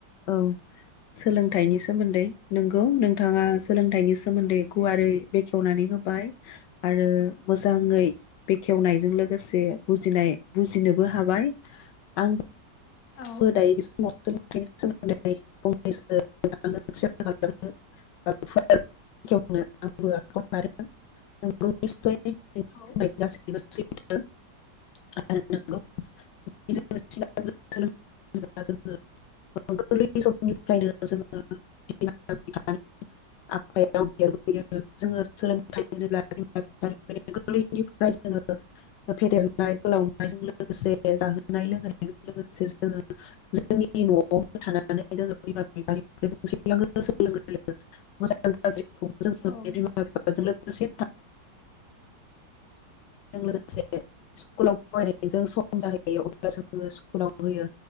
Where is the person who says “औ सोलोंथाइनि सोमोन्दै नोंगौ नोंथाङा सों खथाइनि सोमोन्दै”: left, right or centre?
Left